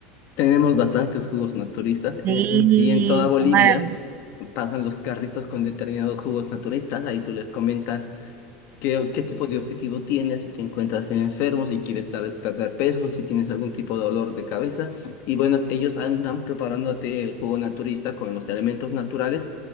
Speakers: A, on the left; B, on the right.
A: Tenemos bastantes jugos naturistas
B: Sí,
A: en, en sí, en toda Bolivia.
B: qué maravilla.
A: pasan los carritos con determinados jugos naturistas, ahí tú les comentas qué, qué tipo de objetivo tienes, si te encuentras enfermo, si quieres tal vez perder peso, si tienes algún tipo de dolor de cabeza. Y bueno, ellos andan preparándote el jugo naturista con los elementos naturales